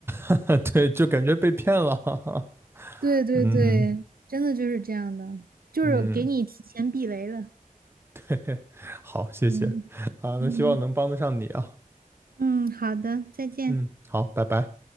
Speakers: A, on the right; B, on the right.
A: <laughs> 对，就感觉被骗了，<laughs> 哈哈，
B: 对对对，
A: 嗯
B: 真的就是这样的，就是给你提前避雷了。
A: 嗯，<laughs> 好，谢谢，
B: 嗯嗯
A: 啊，那希望能帮得上你啊，
B: 嗯，好的，再见。
A: 嗯，好，拜拜。